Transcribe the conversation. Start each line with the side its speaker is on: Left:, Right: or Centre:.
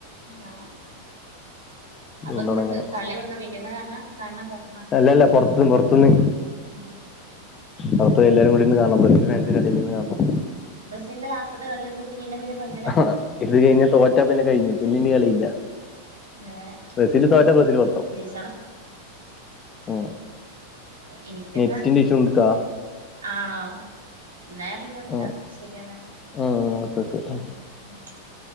Right: ആഹ്
Left: അതുകൊണ്ടാണ്
Right: അപ്പന്ന്
Left: അങ്ങനെ
Right: കളി എവടന്ന വീട്ടിന്നാ കാണണെ കാണണ പൊറ
Left: അല്ലല്ല പൊറത്ത് പൊറത്ത്ന്ന്
Right: ഉം
Left: പൊറത്ത് എല്ലാരും കൂടിന്ന് കാണണം ബ്രസീൽ ഫാൻസിന് എടെൽ നിന്ന് കാണണം
Right: ബ്രസീലിന്റെ ലാസ്‌റ്റത്തെ കളിയാത് ഇത് കഴിഞ്ഞാ പിന്നെ ഫൈനലാ
Left: ആഹ് ഇത് കഴിഞ്ഞ തോറ്റാ പിന്നെ കഴിഞ്ഞു പിന്നെ ഇനി കളിയില്ല
Right: ഏ
Left: ബ്രസീല് തോറ്റ ബ്രസീല് പൊറത്താവും
Right: ജയിച്ചാ
Left: ഉം
Right: എനിക്കല്ല
Left: നെറ്റിന്റെ ഇഷുണ്ട്‌ട്ടാ
Right: ആണോ ഇന്നാ ഞാൻ പിന്നെ വിളിക്കാ
Left: ആഹ്
Right: ശരിയെന്നാ
Left: ആഹ് ഓക്കെ ഓക്കെ
Right: ഉം ഉം ശെരി